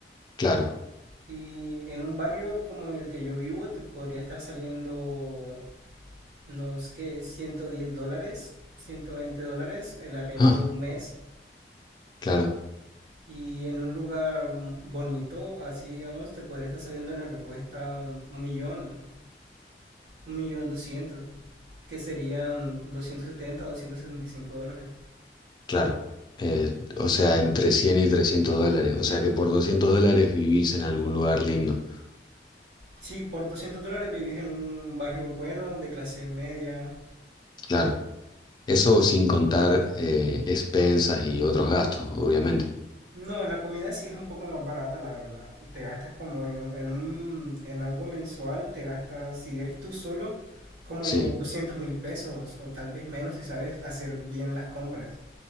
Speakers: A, on the left; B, on the right.
A: Claro,
B: Y en un barrio como en el que yo vivo, te podría estar saliendo, no es que 110 dólares, 120 dólares el arriendo
A: ah,
B: de un mes.
A: claro,
B: Y en un lugar bonito, así digamos, te podría estar saliendo en lo que cuesta un millón, un millón doscientos. que serían 270 o 275 dólares.
A: claro. Eh, o sea, entre 100 y 300 dólares. O sea que por 200 dólares vivís en algún lugar lindo.
B: Sí, por 200 dólares vivís en un barrio bueno, de clase media.
A: Claro, eso sin contar eh, expensas y otros gastos, obviamente.
B: No, la comida sí es un poco más barata, la verdad. Te gastas como en, en un, en algo mensual, te gastas, si eres tú solo, como
A: Sí,
B: do- 200 mil pesos o tal vez menos si sabes hacer bien las compras.